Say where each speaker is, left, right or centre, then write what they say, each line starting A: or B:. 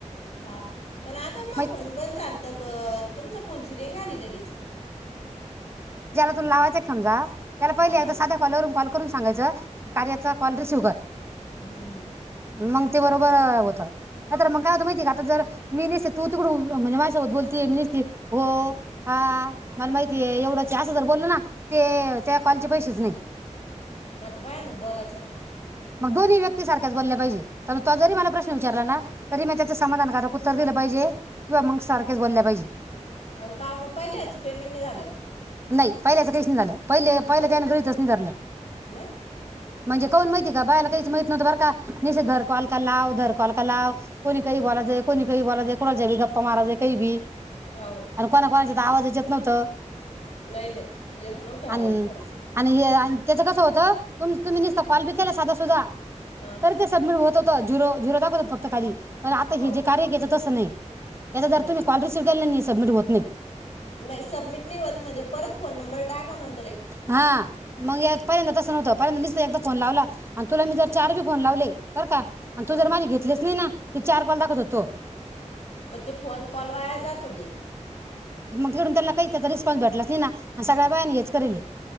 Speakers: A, on the left; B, on the right.
A: हा पण आता म
B: मग
A: फन ब पण चालत तुमच फनची रिंग आली लगेच.
B: तूला लावायच समजा. त्याला पहिले
A: हा ना
B: एकदा
A: हा ना.
B: साध्या कॉलवरून कॉल करून सा सांगायचं की कार्याचा कॉल रिसिव कर
A: हम्म हम्म.
B: मग ते बरोबर होत नाही तर मग काय आता माहिती का आता जर मी नेसे तू तिकडू. म्हणजे माझ्यासोबत बोलते मीनीसते हो हा मला माहितीय एवढंच असं ज बोलल ना ते त्या कॉलेचे पैसेच नाही.
A: मग आता बाया ना बोलायचं ना
B: मग दोन्ही व्यक्ती सारख्याच बोलल्या पाहिजे. तर तो जरी मला प्रश्न विचारला ना. तरी मी त्याच समाधान कराक उत्तर दिलं. बजे. किंवा मग सारख्याच बोलल्या पाहिजे.
A: आणि का मग पहिल्या ह्याचं पेमेंट नाही झालं का
B: नाही पहिल्याच काही नि झालं पहि पहिलं
A: कहू
B: त्यान गृहीतच नि धरलं
A: नाही
B: म्हणजे काऊन माहिती का बायला काही माहित न्हत बर का. निचेधर
A: हम्म.
B: को हलका लावधर <unintelligible> एकमेकाला कोणी काही बोलायचं कोणी काही बोलायचं कुणाच्या बी गप्पा. तुम्हाारा जे काही भी.
A: हो
B: आणि कोणा कोणाची तर आवाजच येत. नव्हतं.
A: नाही नाही येत नव्हते आवाज
B: आन
A: खरंच
B: आणि हे त्याच कसं होतं तु तुम्ही नुसत कॉल बी केला साध सुधा
A: हां
B: तरी ते सबमिट होत हो‌ झिरो झिरो दाखवतात फक्त खाली. पण आता
A: हो
B: हे जे कार्य हेज तसं नाही. याचा जर
A: नाही.
B: तुम्ही कॉल रिसिव्ह केला नाही सबमिट होत नाही
A: नाही सबमिट नाही होत म्हणजे परत फोन नंबर टाक कमल
B: हा मंगयात पहिल्यांदा तस नवतं. पहिल्यांदा निसता एकदा फोन लावला आणि तुला मी जर चारबी फोन लावले, बर का आणि
A: हां
B: तू जर माझे घेतलेच नाही ना चार कॉल दाखवत होतो.
A: म ते फोन कॉल वाया जात होते.
B: तिकडूून त्यां काही त्याचा रिस्पॉन्स भेटलाच नाही ना, सग्याळ्या बाया करले.